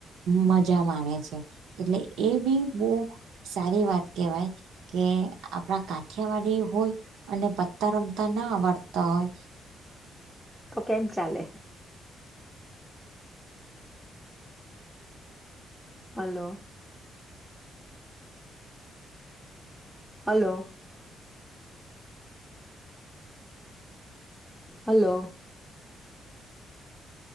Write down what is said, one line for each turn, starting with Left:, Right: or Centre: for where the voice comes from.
Right: મજા માણે છે. એટલે એ બી બોવ સારી વાત કેવાય કે આપણા કાઠિયાવાડી હોય, અને પત્તા રમતા ન આવડતા હોય.
Centre: તો કેમ ચાલે. Hello. Hello. Hello.